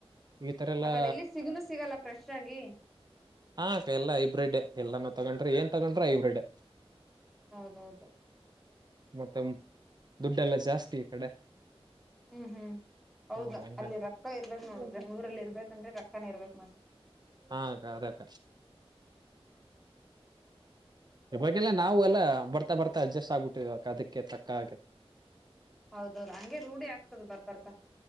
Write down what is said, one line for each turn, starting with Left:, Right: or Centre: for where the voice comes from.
Right: ಈ ತರ ಎಲ್ಲಾ
Centre: ಆ ಕಡೆ ಎಲ್ಲಿ ಸಿಗನು ಸಿಗಲ್ಲ ಫ್ರೆಶ್ ಆಗಿ
Right: ಹಾ ಕ ಎಲ್ಲ ಹೈಬ್ರಿಡ್ ಎಲ್ಲಾನೂ ತಗೊಂಡ್ರೆ ಏನ್ ತಗೊಂಡ್ರೆ ಹೈಬ್ರಿಡ್
Centre: ಹೌದೌದು
Right: ಮತ್ತ ದುಡ್ಡೆಲ್ಲಾ ಜಾಸ್ತಿ ಈ ಕಡೆ
Centre: ಹ್ಮ್ ಹ್ಮ್ ಹೌದ
Right: ಹಾ ಹಂಗಾಗಿ
Centre: ಅಲ್ಲಿ ರೊಕ್ಕ ಇರ್ಬೇಕು ನೋಡು
Right: ಹ್ಮ್
Centre: ಬೆಂಗ್ಳೂರಲ್ಲಿ ಇರ್ಬೇಕಂದ್ರೆ ರೊನ ಇರ್ಬೇಕು ಮ
Right: ಹಾಕ್ಕ ಅದಕ್ಕ ಇವಾಗೆಲ್ಲ ನಾವು ಎಲ್ಲ ಬರ್ತಾ ಬರ್ತಾ ಅಡ್ಜಸ್ಟ್ ಆಗ್ಬಿಟ್ಟಿ ಇವ ಅದಕ್ಕೆ ತಕ್ಕ ಹಾಗ
Centre: ಹೌದೌದು ಹಂಗಗೆ ರೂಢಿ ಆಗ್ತದೆ ಬರ್ಬರ್ತ